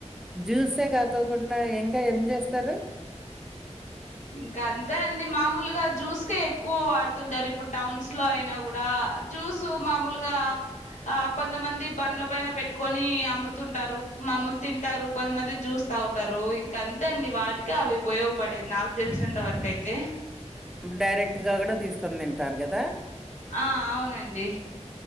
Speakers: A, in the centre; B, on the left.
A: జ్యూసే కాకోకుండా ఇంకా ఏం చేస్తారు.
B: ఇంకా అంతే అండి మామూలుగా జ్యూస్కే ఎక్కువ వాడుతుంటారు. ఇప్పుడు టౌన్స్ లో అయినా కూడా. జ్యూసు మామూలుగా. ఆ కొంతమంది బండ్ల పైన పెట్టుకొని అమ్ముతుంటారు మాములు తింటారు కొంతమంది జ్యూస్. తాగుతారు. ఇంక అంతే అండి వాటికి అవి ఉపయోగపడేది. నాకు తెలిసినంత వరకు అయితే.
A: డైరెక్ట్ గా కూడా తీసుకొని తింటారు కదా.
B: ఆ అవునండి.